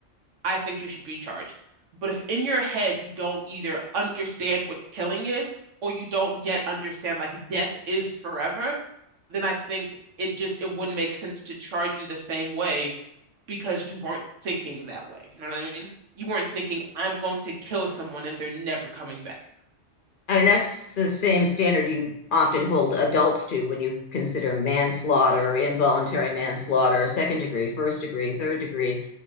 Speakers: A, on the right; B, on the left.
A: I think you should be charged. But if in your head you don't either understand what killing is or you don't yet understand like death is forever, then I think it just it wouldn't make sense to charge you the same way because you weren't thinking that way. You know what I mean? You weren't thinking, I'm going to kill someone and they're never coming back.
B: I mean, that's the same standard you often hold adults to when you consider manslaughter, involuntary manslaughter, second degree, first degree, third degree.